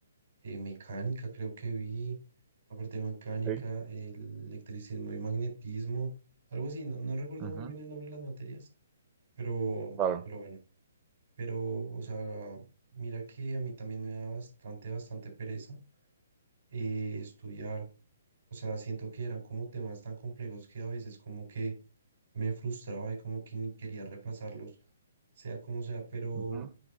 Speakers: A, on the right; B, on the right.
A: eh, mecánica, creo que vi, aparte de mecánica,
B: Sí,
A: el electricismo y magnetismo, algo así, no, no recuerdo
B: ajá,
A: muy bien el nombre de las materias, pero,
B: claro,
A: pero bueno, pero, o sea, mira que a mí también me da bastante, bastante pereza eh, estudiar. O sea, siento que eran como temas tan complejos que a veces como que me frustraba y como que ni quería reemplazarlos, sea como sea, pero
B: ujú,